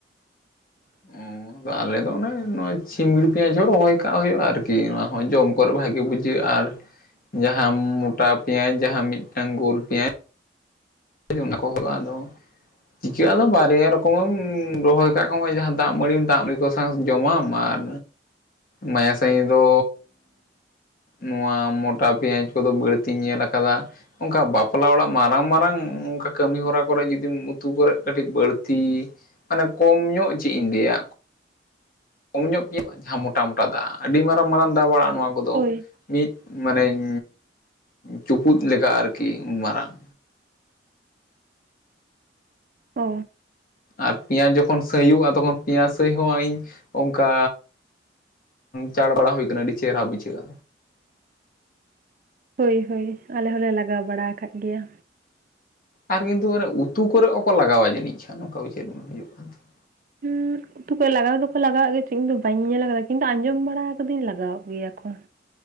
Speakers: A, on the right; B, on the left.
A: <inaudible>
B: ᱚ ᱟᱞᱮ ᱫᱚ ᱚᱱᱟ ᱱᱚᱜ-ᱚᱭ ᱪᱷᱤᱢᱲ ᱯᱮᱸᱭᱟᱡᱽ ᱦᱚᱸ ᱨᱚᱦᱚᱭ ᱠᱟᱜ ᱦᱩᱭᱩᱜᱼᱟ ᱟᱨᱠᱤ ᱚᱱᱟ ᱦᱚᱸ ᱡᱚᱢ ᱠᱚᱨᱮ ᱵᱷᱟᱜᱮ ᱵᱩᱡᱷᱟᱹᱜᱼᱟ ᱟᱨ ᱡᱟᱦᱟᱸ ᱢᱚᱴᱟ ᱯᱮᱸᱭᱟᱡᱽ ᱡᱟᱦᱟᱸ ᱢᱤᱴᱟᱝ ᱜᱳᱞ ᱯᱮᱸᱭᱟᱡᱽ ᱚᱱᱟ ᱠᱚ ᱦᱳᱭᱳᱜᱼᱟ ᱟᱫᱚ ᱪᱤᱠᱟᱹᱜ ᱟᱫᱚ ᱵᱟᱨᱭᱟ ᱨᱚᱠᱚᱢᱮᱢ ᱨᱚᱦᱚᱭ ᱠᱟᱜ ᱠᱷᱟᱱ ᱱᱚᱜ-ᱚᱭ ᱡᱟᱦᱟᱸ ᱫᱟᱜ ᱢᱟᱹᱲᱤ ᱫᱟᱜ ᱢᱟᱲᱤ ᱠᱚ ᱥᱟᱥ ᱡᱚᱢᱟᱢ ᱟᱨ ᱢᱟᱭᱟ ᱥᱟᱺᱦᱤᱡ ᱫᱚ ᱱᱚᱣᱟ ᱢᱚᱴᱟ ᱯᱮᱸᱭᱟᱡᱽ ᱠᱚᱫᱚ ᱵᱟᱹᱲᱛᱤᱧ ᱧᱮᱞ ᱠᱟᱫᱟ᱾ ᱚᱱᱠᱟ ᱵᱟᱯᱞᱟ ᱚᱲᱟᱜ ᱢᱟᱨᱟᱝ ᱢᱟᱨᱟᱝ ᱱᱚᱝᱠᱟ ᱠᱟᱹᱢᱤ ᱦᱚᱨᱟ ᱠᱚᱨᱮᱜ ᱡᱩᱫᱤᱢ ᱩᱛᱩ ᱠᱚᱨᱮᱜ ᱠᱟᱹᱴᱤᱡ ᱵᱟᱹᱲᱛᱤ ᱢᱟᱱᱮ ᱠᱚᱢ ᱧᱚᱜ ᱪᱮᱫ ᱤᱧ ᱞᱟᱹᱭᱟ ᱠᱚᱢ ᱧᱚᱜ ᱧᱮᱞᱚᱜᱼᱟ ᱡᱟᱦᱟᱸ ᱢᱚᱴᱟ ᱢᱚᱴᱟ ᱫᱟᱜ ᱟᱹᱰᱤ ᱢᱟᱨᱟᱝ ᱢᱟᱨᱟᱝ ᱫᱟᱜ ᱵᱟᱲᱟᱜ ᱱᱚᱣᱟ ᱠᱚᱫᱚ᱾
A: ᱦᱳᱭ
B: ᱢᱤᱫ ᱢᱟᱱᱮᱧ ᱪᱩᱯᱩᱫ ᱞᱮᱠᱟ ᱟᱨᱠᱤ ᱩᱱᱢᱟᱨᱟᱝ᱾
A: ᱚ
B: ᱟᱨ ᱯᱮᱸᱭᱟᱡᱽ ᱡᱚᱠᱷᱚᱱ ᱥᱟᱹᱭᱳᱼᱟ ᱛᱚᱠᱷᱚᱱ ᱯᱮᱸᱭᱟᱡᱽ ᱥᱟᱹᱭ ᱦᱚᱸ ᱤᱧ ᱚᱱᱠᱟ ᱪᱟᱲ ᱵᱟᱲᱟ ᱦᱳᱭ ᱠᱟᱱᱟ ᱟᱹᱰᱤ ᱪᱮᱦᱨᱟ ᱵᱩᱡᱷᱟᱹᱜᱼᱟ᱾
A: ᱦᱳᱭ ᱦᱳᱭ ᱟᱞᱮ ᱦᱚᱸᱞᱮ ᱞᱟᱜᱟᱣ ᱵᱟᱲᱟ ᱟᱠᱟ ᱜᱮᱭᱟ᱾
B: ᱟᱨ ᱠᱤᱱᱛᱩ ᱢᱟᱱᱮ ᱩᱛᱩ ᱠᱚᱨᱮ ᱦᱚᱸᱠᱚ ᱞᱟᱜᱟᱣᱟ ᱡᱟᱹᱱᱤᱡ ᱠᱷᱟᱱ ᱱᱚᱝᱠᱟ ᱩᱭᱦᱟᱹᱨ ᱦᱩᱭᱩᱜ ᱠᱟᱱᱛᱤᱧᱟ᱾
A: ᱦᱩᱸ ᱩᱛᱩ ᱠᱚᱨᱮ ᱞᱟᱜᱟᱣ ᱫᱚᱠᱚ ᱞᱟᱜᱟᱣᱟᱜ ᱜᱮᱭᱟ ᱪᱚ ᱤᱧ ᱫᱚ ᱵᱟᱹᱧ ᱧᱮᱞ ᱟᱠᱟᱫᱟ ᱠᱤᱱᱛᱩ ᱟᱸᱡᱚᱢ ᱵᱟᱲᱟ ᱠᱟᱹᱫᱟᱹᱧ ᱞᱟᱜᱟᱣᱟᱜ ᱜᱮᱭᱟ ᱠᱚ᱾